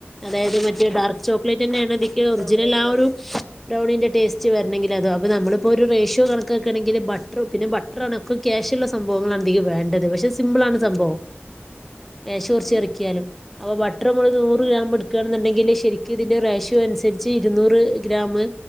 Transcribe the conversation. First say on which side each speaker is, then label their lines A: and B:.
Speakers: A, in the centre; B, on the right (about 75°).
A: അതായത്
B: ആഹ്
A: മറ്റേ ഡാർക്ക് ചോക്ലേറ്റ് തന്നെയാണ് ഇതിക്ക് ഒറിജിനൽ
B: ചോക്ലേറ്റ്
A: ആ
B: തന്നെ
A: ഒരു ഡ്രൗണിൻ്റെ ടേസ്റ്റ് വരണമെങ്കിൽ അതോ അപ്പോൾ നമ്മളിപ്പോൾ ഒരു റേഷഷ്യോ
B: ഉം
A: കണക്കെക്കണമെങ്കിൽ ബ ബ പിന്നെ ബട്ട്ട്രാ ആണ ഒക്കെ ക്യാഷുള്ള സംഭവങ്ങളാണ് ഇതീക്ക് വേണ്ടത് പക്ഷെ സിമ്പിളാണ് സംഭവം
B: ഓഹ്
A: കാശ്
B: അത്
A: കുറച്ച്
B: ശരി
A: ഇറക്കിയാലും വട്ടർ മുളക്
B: ഇറക്കിയാല്
A: നൂറ് ഗ്രാം എടുക്ക ണ്ടെങ്കിൽ ശരിക് ക്കും ഇതിന്റെ റേഷ്യോ
B: ഉം
A: അനുസരി ച്ച് ഇരുന്നൂറ് ഗ്രാമ്